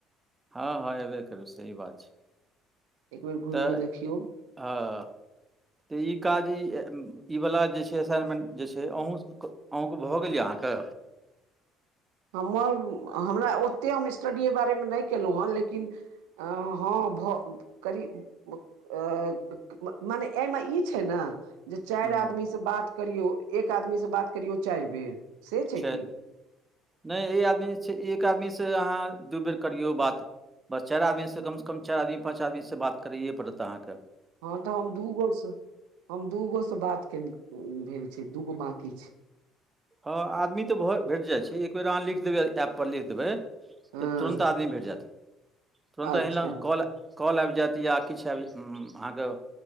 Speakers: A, on the right (about 20°); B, on the right (about 80°).
A: हँ हँ एबे करबइ सही बात छै
B: एक बेर
A: तऽ
B: घुम के देखियौ
A: हँ त ई काजी ई ई वला जे छै असाइनमेंट जे छै अहँ अहूँ के भऽ गेल यै अहाँ के
B: हमर हमरा ओतेक हम स्टडीे अई बारे मे नहि केलहुँ हेँ लेकिन हँ भऽ करीब अ मने एमे ई छै ने जे चारि
A: हुँ
B: आदमी से बात करियौ एक आदमी से बात करियौ चारि बेर से
A: छै
B: की
A: नहि आदमी एक आदमी से अहाँ दू बेर करियौ बात बस चारि आदमी से कम से कम चार आदमी पाँच आदमी से बात करैयए पड़त अहाँ के
B: हँ तऽ हम दूगो से हम दूगो से बात के भेल छी दूगो बकी छै
A: हँ आदमी तऽ भ भेट जाइ छै एक बेेर अहाँ लिख देबै एप पर लिख देबै तऽ
B: हँ
A: तुरन्त आदमी भेट जायत तुरन्त
B: अच्छा
A: अहिलऽ कॉल कल आबि जायत या किछ आबि अहाँ के